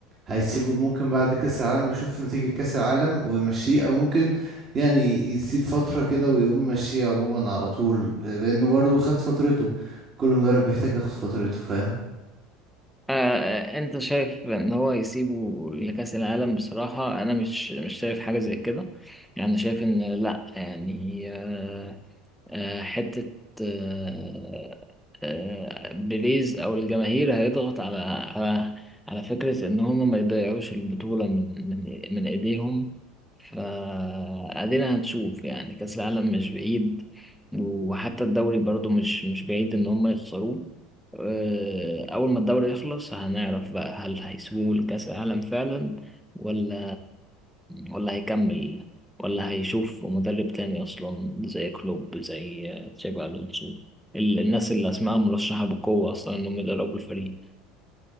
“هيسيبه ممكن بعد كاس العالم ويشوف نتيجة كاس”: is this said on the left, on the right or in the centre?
Right